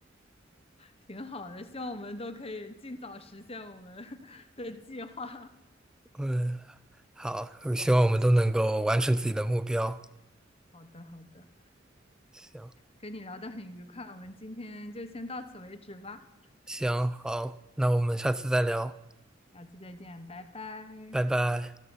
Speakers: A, on the left; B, in the centre.
A: 挺好的，希望我们都可以尽早实现我们 <laughs> 的计划。
B: 嗯，好，我希望我们都能够完成自己的目标。
A: <laughs> 好的，好的，
B: 行
A: 跟你聊得很愉快，我们今天就先到此为止吧，
B: 行，好，那我们下次再聊，
A: 下次再见，拜拜。
B: 拜拜。